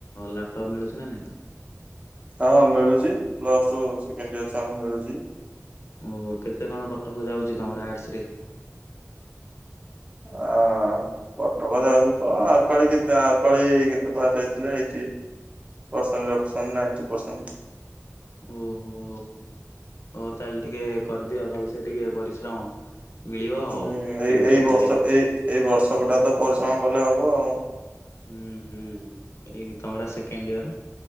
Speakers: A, on the left; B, on the right.
A: ଲାପଟପ୍ ମିଳୁଛି ନା ନାଇଁ?
B: ହଁ ହଁ ମିଳୁଛି ପ୍ଲୁସ ଟୁ ସେକେଣ୍ଡ ଇଅର ଛୁଆଙ୍କୁ ମିଳୁଛି।
A: ଓହୋ କେତେ କଣ ଟକଅଫ ଯାଉଛି ତମର ଆର୍ଟସ ରେ?
B: ହ କଟ ଅଫ ଯାଉଛି କଣ ଆରପାଳି କେତେ ଆରପାଳି କେତେ ପାସ ହେଇଥିଲେ ଏଇଠି ପରସେଣ୍ଟ ରଖୁଛନ୍ତି ନାଇନ୍ଟି ପରସେଣ୍ଟ।
A: ଓହୋ। ହଉ ତାହେଲେ ଟିକେ କରିଦିଅ ଭଲସେ ଟିକେ ପରିଶ୍ରମ ମିଳିବ ଆଉ
B: ହୁଁ
A: ତିରିଶ
B: ଏଇ ଏଇ
A: ହଜାର
B: ବର୍ଷ ଏଇ ଏଇ ବର୍ଷକଟା ତ ପରିଶ୍ରମ କଲେ ହବ ଆଉ।
A: ହୁଁ ହୁଁ ଏଇ ତମର ପା ସେକେଣ୍ଡ ଇୟର?